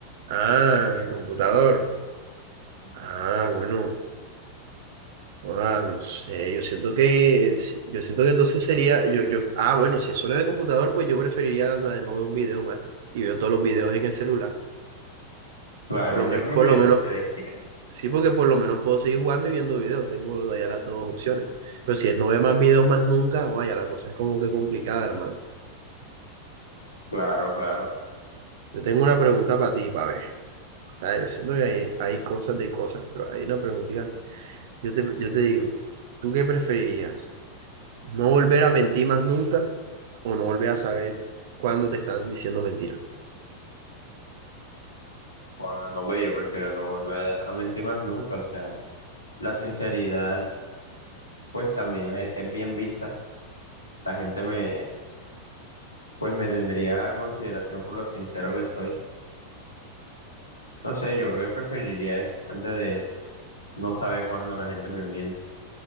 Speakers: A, on the right; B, on the left.
A: Ah, mi computador. Ah, bueno. Ah, no sé. Yo siento que. si- Yo siento que entonces sería. Yo, yo, ah, bueno, si es solo en el computador, pues yo preferiría la de no ver un video más. Y veo todos los videos en el celular.
B: Claro,
A: Por lo
B: yo
A: menos,
B: creo
A: por
B: que
A: lo
B: yo
A: menos.
B: también le entiendo
A: Sí, porque por lo menos puedo seguir jugando y viendo videos. Tengo todavía las dos opciones. Pero si es no ver más videos más nunca, vaya, la cosa es como que complicada, hermano.
B: Claro, claro.
A: Yo tengo una pregunta para ti, para ver. O sea, yo siento que hay, hay cosas de cosas, pero hay una preguntita Yo te, yo te digo, ¿tú qué preferirías? ¿No volver a mentir más nunca o no volver a saber cuándo te están diciendo mentiras?
B: Juan, no ve, yo prefiero no volver a mentir más nunca. O sea, la sinceridad, pues también es, es bien vista. La gente me, pues me tendría a consideración por lo sincero que soy. No sé, yo creo que preferiría eso antes de no saber cuándo la gente me miente.